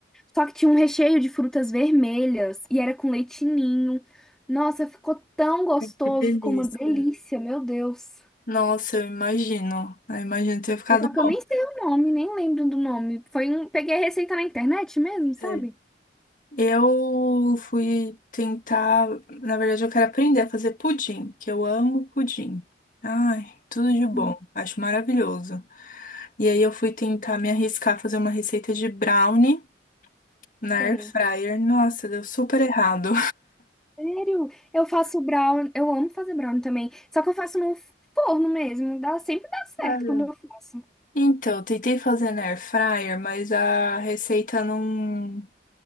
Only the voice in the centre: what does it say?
só que tinha um recheio de frutas vermelhas e era com leite ninho. Nossa, ficou tão gostoso,
ficou uma delícia, meu Deus.
Mas Só
que eu nem sei o nome, nem lembro do nome. Foi um... Peguei a receita na internet mesmo, sabe?
Hum,
Sei.
Sério, eu faço brownie, eu amo fazer brownie também, só que eu faço no forno mesmo, dá, sempre dá certo
quando eu faço.